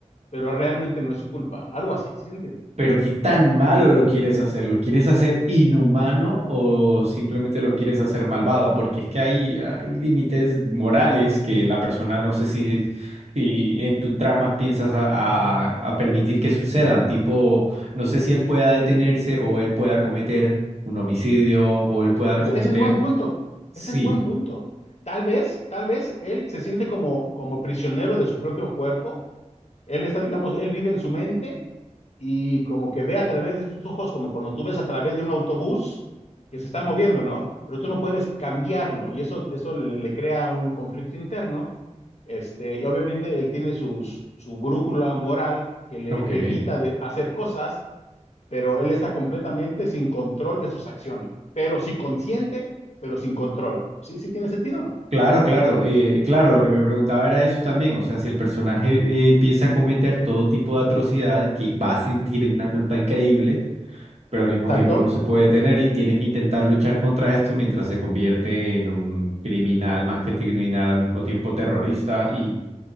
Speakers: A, on the left; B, on the right.
A: pero realmente no es su culpa. Algo así, ¿sí se entiende?
B: Pero ¿qué tan malo lo quieres hacer? ¿Lo quieres hacer inhumano o simplemente lo quieres hacer malvado? Porque es que hay, hay límites morales que la persona no sé si, si en tu trama piensas a, a- a permitir que sucedan. Tipo, no sé si él pueda detenerse o él pueda cometer un homicidio o él pueda
A: Es-
B: cometer...
A: ese es buen punto,
B: Sí,
A: ese es buen punto. Tal vez, tal vez él se siente como, como prisionero de su propio cuerpo. Él está, digamos, él vive en su mente y como que ve a través de sus ojos, como cuando tú ves a través de un autobús que se está moviendo, ¿no? Pero tú no puedes cambiarlo y eso, eso le, le- le crea un conflicto interno. Este, y obviamente él tiene sus, su brújula moral que le
B: ok.
A: evita de hacer cosas, pero él está completamente sin control de sus acciones, pero sí consciente, pero sin control. Sí, sí tiene sentido.
B: Claro, claro, eh, claro, lo que me preguntaba era eso también, o sea, si el personaje eh, empieza a cometer todo tipo de atrocidades, que va a sentir una culpa increíble, pero al
A: Exacto.
B: mismo tiempo no se puede detener y tiene que intentar luchar contra esto mientras se convierte en un criminal más que criminal, al mismo tiempo terrorista, y